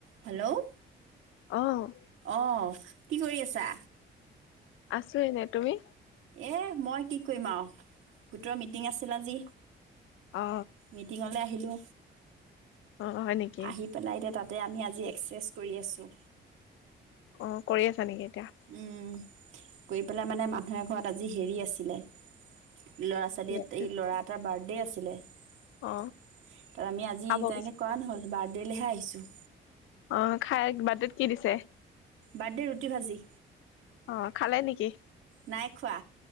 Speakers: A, on the right; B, on the left.
A: Hello
B: অঁ'
A: অঁ' কি কৰি আছা?
B: আছোঁ এনেই তুমি?
A: এহ মই কি কৰিম আও? গোটৰ মিটিং আছিল আজি।
B: অ
A: মিটিঙলে আহিলো,
B: অ হয় নেকি
A: আহি- পেলাই এতিয়া তাতে আমি আজি এক্সচেজ কৰি আছোঁ।
B: অ' কৰি আছা নেকি এতিয়া?
A: উম' কৰি পেলাই মানে মানুহ এঘৰত আজি হেৰি আছিলে- ল'ৰা
B: এতিয়া
A: ছোৱালী এট এই ল'ৰা এটাৰ বাৰ্থডে আছিলে।
B: অ
A: তাত আমি আজি
B: খাব
A: তেনেকে
B: গৈছে
A: কৰা নহ'ল, বাৰ্থডেলেহে আহিছো।
B: অঁ খাই বাৰ্থডেত কি দিছে?
A: বাৰ্থডেত ৰুটি ভাজি।
B: অঁ খালে নেকি?
A: নাই খোৱা,